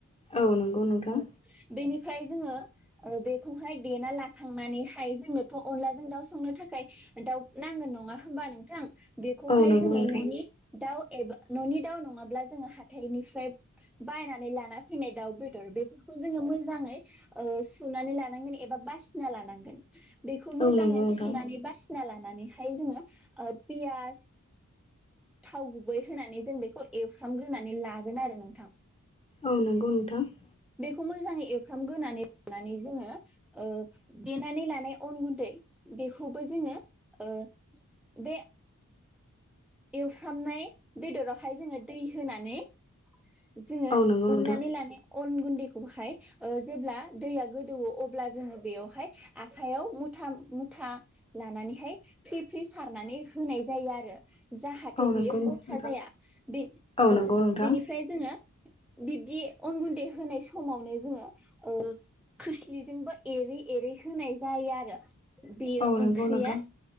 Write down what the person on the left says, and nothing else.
औ नंगौ नोंथां
औ नंगौ
नोंथां
औ नंगौ नोंथां
औ नंगौ नोंथां ।
औ नंगौ
नोंथां
औ नंगौ
नोंथां
नंगौ
नोंथां
औ नंगौ
नोंथां